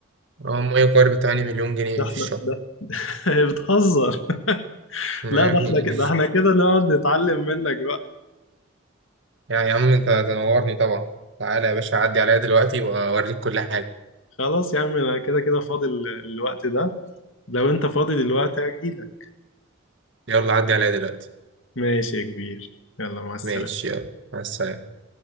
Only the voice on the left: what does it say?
ده احنا
ده <laughs> بتهزر
لا
ده
احنا كده ده احنا كده نقعد نتعلم منك
خلاص يا عم انا كده كده فاضي ال- الوقت ده لو انت فاضي دلوقتي هجيلك
ماشي يا كبير يلا مع السلامة